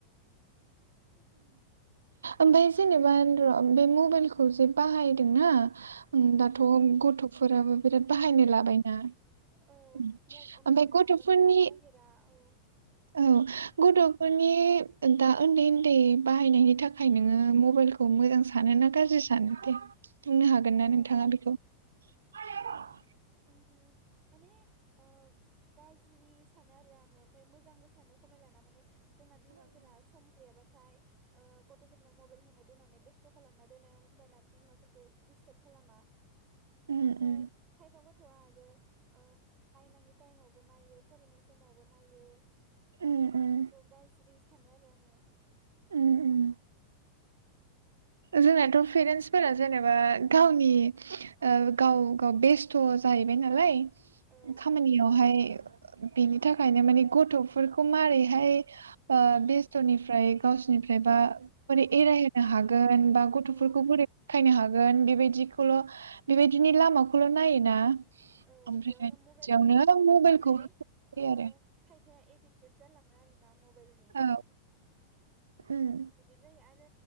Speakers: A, on the right (about 30°); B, on the right (about 70°).
A: औ
B: ओमफाय जेनेबा ओ बे मुबेल खौ जे बाहायदोंना दाथ' गथ'फोराबो बिराद बाहायनो लाबायना ओ
A: औ
B: ओमफाय
A: म मबाइल नङाबानो
B: गथ'फोरनि
A: थानो नागिरा औ
B: औ गथ'फोर नि दा उन्दै उन्दै बाहायनायनि थाखाय नोङो मबाइल खौ मोजां सानो ना गाज्रि सानो? दे बुंनो हागोन
A: आङो
B: ना नोंथाङा बेखौ? <unintelligible>
A: उम माने ओ गाज्रि सानो आरो आङो ओमफ्राय मोजांबो सानो खमाय लाना माने जोंना बिमाफोरा सम गैयाबा थाय ओ गथ'फोरनो मबाइल होनो दोननानै बेस थ खालामना दोनो होमबाना बिमाफोरखौ दिस्टाब खालामा।
B: उम
A: ओमफ्राय
B: उम
A: खायबा गथ'आ आरो ओ नायनाङि टाइमावबो नायो फरायनाय समावबो नायो।
B: उम उम
A: बेखौ गाज्रि सानो आरो आङो। <inaudible>
B: उम उम जोंनाथ' पेरेन्टसफोरा जेनेबा गावनि ओ गाव - गाव बेस्थ' जाहैबाय नालाय
A: औ
B: खामानियावहाय। बेनि थाखायनो माने गथ'फोरखौ मारैहाय ओ बे स्थ निफ्राय गावसोरनिफ्राय बा बोरै एरायहोनो हा गोनबा गथ'फोरखौ
A: औ
B: बोरैखायनो हागोन बेदिखौल' बेबायदिनि लामाखौल नायोना
A: औ
B: ओमफ्राय
A: बेयावनो
B: बिदियावनो
A: मबाइल होदावनानै
B: मबाइलखौ होयो
A: ओ
B: आरो
A: खाय फाया एडिक्टेड जालाङो आरो ना म बेलनि।
B: औ उम
A: बिदि जायो आरो